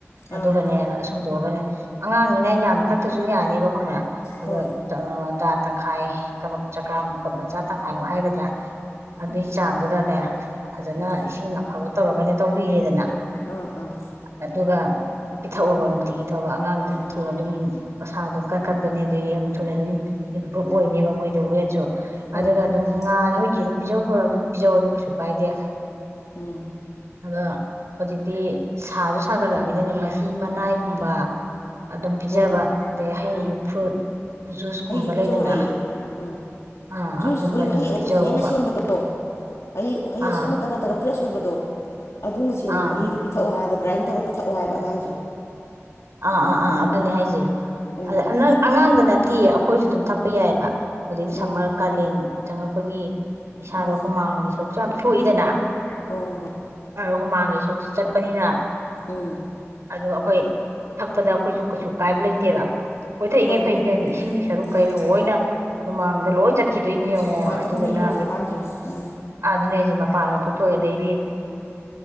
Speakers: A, on the right; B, on the left.
A: ꯑꯗꯨꯒꯅꯦ
B: ꯑꯥ
A: ꯁꯨꯝꯗꯣꯛꯑꯒꯅꯦ ꯑꯉꯥꯡꯅꯤꯅ ꯌꯥꯝ ꯊꯛꯇꯁꯨ ꯌꯥꯅꯦꯕ ꯈꯪꯕ꯭ꯔꯥ ꯑꯗꯣꯏ
B: ꯍꯣꯏ ꯍꯣꯏ
A: ꯆꯥ ꯇꯪꯈꯥꯏ ꯀꯕꯨ ꯆꯀꯥ ꯀꯛ ꯃꯆꯥ ꯇꯪꯈꯥꯏꯃꯨꯛ ꯍꯥꯏꯒꯗ꯭ꯔꯥ ꯑꯗꯨꯏ
B: ꯎꯝ
A: ꯆꯥꯡꯗꯨꯗꯅꯦ ꯐꯖꯅ
B: ꯎꯝ
A: ꯏꯁꯤꯡ ꯑꯐꯕ ꯇꯧꯔꯒꯅꯦ ꯇꯧꯕꯤꯔꯦꯗꯅ
B: ꯑꯥ ꯑꯥ
A: ꯑꯗꯨꯒ ꯄꯤꯊꯛꯑꯕ ꯅꯨꯡꯇꯤꯒꯤ ꯊꯕ ꯑꯉꯥꯡꯗ ꯌꯥꯝ
B: ꯎꯝ
A: ꯊꯨꯅ ꯑꯗꯨꯝ ꯃꯁꯥꯗꯣ ꯀꯪꯀꯔꯄꯅꯦꯗꯤꯦꯝ ꯊꯨꯅ ꯑꯗꯨꯝ ꯏꯝꯄ꯭ꯔꯕ ꯑꯣꯏꯅꯦꯕ ꯃꯣꯏꯗ ꯋꯦꯠꯁꯨ
B: ꯍꯣꯏ
A: ꯑꯗꯨꯒ
B: ꯍꯣꯏ
A: ꯑꯗꯨꯝ
B: ꯍꯣꯏ
A: ꯉꯥ ꯍꯣꯏꯒꯤ ꯑꯗꯨꯝ ꯄꯤꯖꯧ ꯈꯔ ꯑꯗꯨꯝ ꯄꯤꯖꯧꯗ ꯀꯩꯁꯨ ꯀꯥꯏꯗꯦ
B: ꯎꯝ
A: ꯑꯗꯣ ꯍꯧꯖꯤꯛꯇꯤ ꯁꯥꯁꯨ ꯁꯥꯒꯠꯂꯛꯃꯤꯅꯅꯦ ꯃꯍꯤ ꯃꯅꯥꯏꯒꯨꯝꯕ ꯑꯗꯨꯝ ꯄꯤꯖꯕ
B: ꯍꯣꯏꯅꯦ
A: ꯑꯗꯩ ꯍꯩ
B: ꯑꯥ
A: ꯐ꯭ꯔꯨꯠ ꯖꯨꯁꯀꯨꯝꯕ
B: ꯍꯩꯁꯨ
A: ꯂꯩꯗꯅ
B: ꯄꯤꯖꯧ ꯍꯥꯏꯩꯌꯦ ꯎꯝ
A: ꯑꯥ
B: ꯖꯨꯁ
A: ꯑꯗꯨꯝꯕ
B: ꯑꯩꯈꯣꯏ
A: ꯑꯗꯨꯝ
B: ꯍꯩ ꯑꯣꯔꯤꯖꯤꯅꯦꯅ
A: ꯄꯤꯖꯧꯕ
B: ꯁꯦꯝꯕꯗꯣ ꯍꯩ ꯍꯩ
A: ꯑꯥ
B: ꯑꯁꯤ ꯑꯃ ꯇꯒ ꯇꯛꯒ ꯐ꯭ꯔꯦꯁ ꯑꯣꯏꯕ ꯀꯨꯗꯣ ꯑꯗꯨꯅ ꯁꯦꯝꯕ
A: ꯑꯥ
B: ꯃꯍꯤꯗꯨꯣ ꯄꯤꯊꯛꯑꯣ ꯍꯥꯏꯕ ꯒ꯭ꯔꯥꯏꯟ ꯇꯧꯔ ꯄꯤꯊꯛꯑꯣ ꯍꯥꯏꯕ ꯑꯉꯥꯡꯁꯦ
A: ꯑꯥ ꯑꯥ ꯑꯥ ꯑꯗꯨꯅꯦ ꯍꯥꯏꯁꯦ
B: ꯎꯝ
A: ꯑꯗꯪ ꯑꯉꯥꯡꯗ ꯅ ꯇꯤ ꯑꯩꯈꯣꯏꯁꯨ ꯑꯗꯨꯝ ꯊꯛꯄ ꯌꯥꯏꯑꯕ ꯍꯧꯖꯤꯛꯇꯤ
B: ꯎꯝ
A: ꯁꯝꯃꯔ ꯀꯥꯂꯦꯟ ꯆꯪꯉꯛꯄꯒꯤ ꯏꯁꯥꯗ
B: ꯎꯝ
A: ꯍꯨꯃꯥꯡꯒꯤ ꯁꯔꯨꯛꯁꯨ ꯌꯥꯝ ꯊꯣꯛꯏꯗꯅ
B: ꯍꯣꯏ ꯍꯣꯏ
A: ꯑ ꯍꯨꯃꯥꯡꯒꯤ ꯁꯔꯛꯁ ꯆꯠꯄꯅꯤꯅ
B: ꯎꯝ
A: ꯑ ꯑꯩꯈꯣꯏ ꯊꯛꯄꯗ ꯑꯩꯈꯣꯏꯁꯨ ꯀꯩꯁꯨ ꯀꯥꯏꯕ ꯂꯩꯇꯦꯕ ꯑꯣꯏꯣꯏꯊꯛꯏꯉꯩ
B: ꯍꯣꯏꯅꯦ
A: ꯐꯩꯅꯤ ꯀꯩꯅꯅꯤꯣ ꯏꯁꯤꯡꯒꯤ ꯁꯔꯨꯛ ꯀꯩ
B: ꯎꯝ
A: ꯂꯣꯏꯅ ꯍꯨꯃꯥꯡꯗ ꯂꯣꯏ ꯆꯠ ꯈꯤꯗꯣꯏꯅꯤ ꯌꯦꯡꯉꯣ
B: ꯍꯨꯃꯥꯡ
A: ꯑꯗꯨꯗꯨꯅ
B: ꯆꯠꯈ꯭ꯔꯕꯅ ꯌꯨꯡꯕꯨ ꯍꯥꯟꯗ꯭ꯔꯦ ꯎꯝ
A: ꯑꯥ ꯑꯗꯨꯅꯦ ꯑꯩꯁꯦ ꯃꯄꯥꯟꯒ ꯊꯣꯛꯇꯣꯛꯑꯦ ꯑꯗꯩꯗꯤ